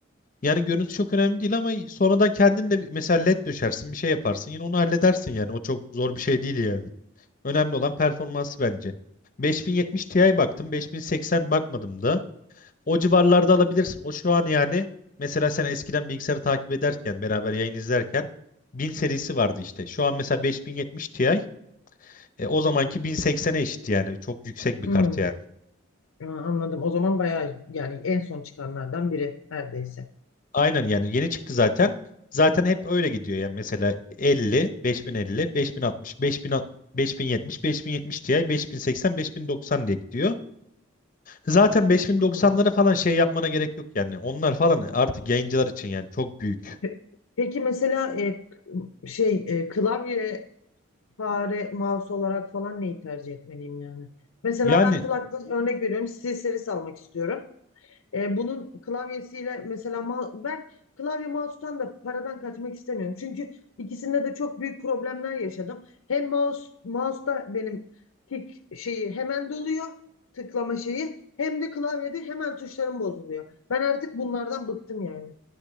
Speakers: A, on the left; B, on the left.
A: Yani görüntü çok önemli değil ama sonradan kendin de bir- mesela led döşersin bir şey yaparsın yine onu halledersin yani o çok zor bir şey değil yani. Önemli olan performansı bence. 5070 Ti baktım 5080 bakmadım da o civarlarda alabilirsin. O şu an yani mesela sen eskiden bilgisayarı takip ederken beraber yayın izlerken 1000 serisi vardı işte. Şu an mesela 5070 Ti e, o zamanki 1080'e eşit yani çok yüksek bir
B: Hmm,
A: kart yani.
B: ya anladım. O zaman bayağı yani en son çıkanlardan biri neredeyse.
A: Aynen yani yeni çıktı zaten. Zaten hep öyle gidiyor yani mesela 50, 5050, 5060, 5060, 5070, 5070 Ti, 5080, 5090 diye gidiyor. Zaten 5090'ları
B: Hmm.
A: falan şey yapmana gerek yok yani. Onlar falan artık yayıncılar için yani çok büyük.
B: Pe- Peki mesela e, k- şey e, klavye, fare, mouse olarak falan neyi tercih etmeliyim yani? Mesela
A: Yani
B: ben kulaklık örnek veriyorum. Siri serisi almak istiyorum. E, bunun klavyesiyle mesela ma- ben klavye mouse'tan da paradan kaçmak istemiyorum. Çünkü ikisinde de çok büyük problemler yaşadım. Hem mouse mouse'da benim tik şeyi hemen doluyor, tıklama şeyi hem de klavyede hemen tuşlarım bozuluyor. Ben artık bunlardan bıktım yani.